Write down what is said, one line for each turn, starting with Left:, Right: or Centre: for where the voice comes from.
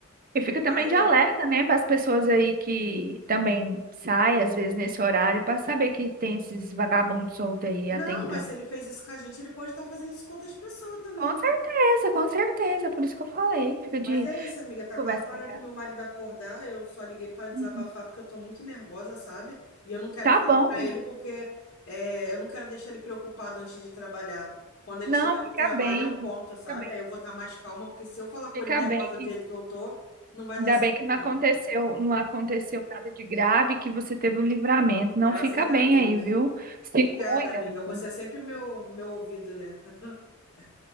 Right: E fica também
Left: Mas
Right: de
Left: é.
Right: alerta, né, para as pessoas aí que também saem, às vezes, nesse horário, para saber que tem esses vagabundos soltos aí
Left: Não,
Right: atentando.
Left: mas se ele fez isso com a gente, ele pode estar fazendo isso com outras pessoas também,
Right: Com certeza, com certeza, por isso que eu falei. Fica
Left: Mas
Right: de
Left: é isso, amiga. Tá
Right: conversa
Left: quase na
Right: com
Left: hora
Right: ela.
Left: do meu marido acordar. Eu só liguei para desabafar
Right: Uhum.
Left: porque eu tô muito nervosa, sabe? E eu não quero
Right: Tá
Left: falar
Right: bom.
Left: para ele porque é, eu não quero deixar ele preocupado antes de trabalhar. Quando ele
Right: Não,
Left: chegar do
Right: fica
Left: trabalho,
Right: bem,
Left: eu conto, sabe?
Right: fica bem,
Left: Aí eu vou estar mais calma, porque se eu falar com
Right: fica
Left: ele nervosa
Right: bem que
Left: do jeito que eu tô, não vai
Right: ainda
Left: dar certo,
Right: bem que não
Left: não.
Right: aconteceu, não aconteceu nada de grave, que você teve o livramento.
Left: Graças
Right: Não fica
Left: a
Right: bem
Left: Deus.
Right: aí, viu? Se
Left: Obrigada,
Right: cuida,
Left: amiga.
Right: amiga.
Left: Você é sempre meu, meu ouvido, né? <laughs>